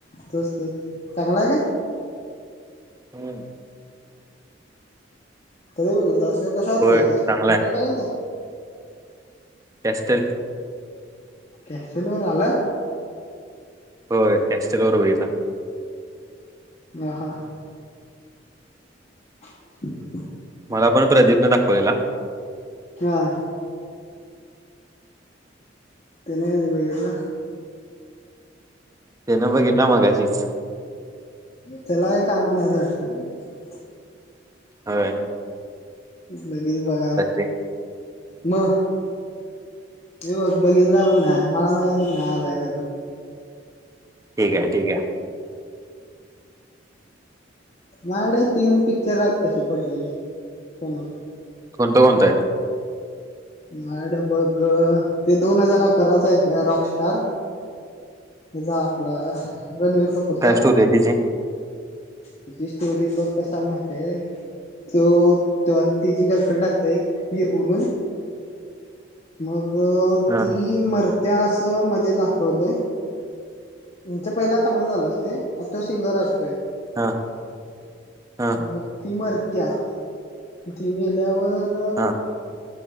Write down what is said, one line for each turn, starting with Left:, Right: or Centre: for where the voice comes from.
Left: तोच त चांगला आहे का?
Right: हम.
Left: कधी बघितलं अस कशावर बघितला
Right: चांगला
Left: थेटर
Right: आहे
Left: लागेल तर
Right: टस्टल.
Left: कशोर आला.
Right: होय टस्टल बर बघितला.
Left: ह हा. ह.
Right: मला पण प्रदीपने दाखवलेला
Left: हा. तना बघला
Right: ते न बग केटला मगाशीच
Left: त्याला काही कामा नाही द वाटत. का?
Right: हय.
Left: लगेच बघा
Right: रे
Left: म हे बघ बघितला पण नाही मला माहित पण नाही आलाय काच
Right: ठीक आहे ठीक आहे.
Left: मड तीन पिक्चर आहेत तसे पडलेले फोनवर
Right: कोणत कोणताय?
Left: मड बघ ते दोन हजार अकराच आहे काय रॉकस्टार हे जा आपला रणवीर कपूरचा
Right: काय स्टोरी आहे तिची
Left: तुझी स्टोरी बघ कसा म्हते. तो तची गर्लफ्रेंड असते एक हिर म्हणून मग
Right: हा
Left: ती मर इतिहास मध्ये दाखवले यांच पहिला चांगलं झालं असते. हा तो सिंगर असतोय
Right: हा हा
Left: मग ती मर त्या तीमेल्यावर
Right: हां.